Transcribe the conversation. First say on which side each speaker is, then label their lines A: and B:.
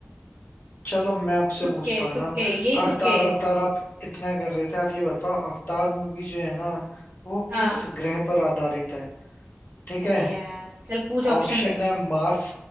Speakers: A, on the left (about 45°); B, on the right (about 50°).
A: चलो मैं आपसे
B: तुक्के
A: पूछता हूँ
B: तुक्के
A: है ना
B: यही
A: अवतार
B: तुक्के
A: अवतार आप इतना कर रहे थे आप ये बताओ अवतार मूवी जो है ना वो
B: हाँ।
A: किस ग्रह पर आधारित है ठीक
B: अरे
A: है
B: यार चल पूछ
A: ऑप्शन
B: ऑप्शन दे
A: है मार्स